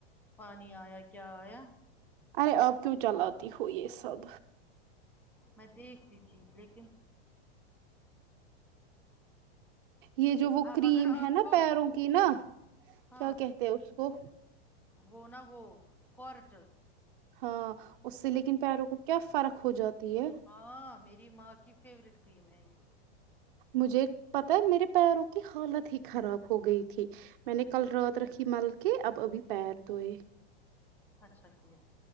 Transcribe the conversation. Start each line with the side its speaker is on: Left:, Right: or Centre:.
Centre: پانی آیا کیا آیا
Right: ارے آپ کیوں چلاتی ہو یہ سب
Centre: میں دیکھتی تھی لیکن
Right: یہ جو وہ
Centre: آپ
Right: کریم
Centre: اگر آپ
Right: ہے نا
Centre: کو
Right: پیروں کی نا
Centre: ہاں
Right: کیا کہتے اس کو
Centre: وہ نا وہ کارٹل
Right: ہاں اس سے لیکن پیروں کو کیا فرق ہو جاتی ہے
Centre: ہاں میری ماں کی فیوریٹ کریم ہے یہ
Right: مجھے پتا ہے میرے پیروں کی حالت ہی خراب ہو گئی تھی میں نے کل رات رکھی مل کے اب ابھی پیر دھوئے
Centre: اچھا کیا